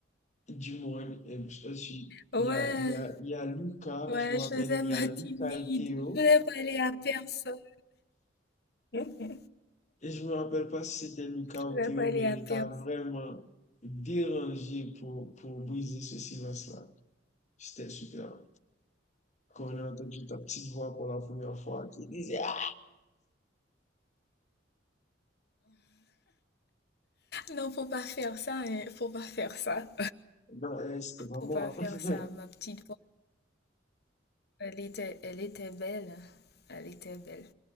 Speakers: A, on the left; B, on the left.
A: du monde. Et je suis,
B: Ouais,
A: il y a, il y a, il y a Lucas,
B: ouais,
A: je me rappelle,
B: je faisais
A: il
B: ma
A: y a Lucas
B: timide.
A: et Théo.
B: Je voulais pas aller à personne. Je
A: Et je me rappelle pas si c'était Lucas ou
B: voulais
A: Théo,
B: pas aller
A: mais
B: à
A: il
B: personne.
A: t'a vraiment dérangé pour, pour briser ce silence-là. C'était super. Quand on a entendu ta petite voix pour la première fois qui disait Ah!
B: Non, faut pas faire ça, hein. Faut pas faire ça.
A: Non, elle, c'était pas
B: Faut
A: moi.
B: pas faire
A: <laughs>
B: ça, ma petite voix. Elle était, elle était belle. hein. Elle était belle.